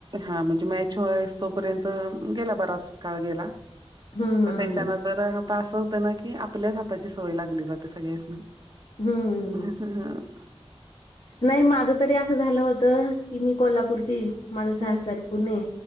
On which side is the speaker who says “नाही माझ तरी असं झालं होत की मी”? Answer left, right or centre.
Left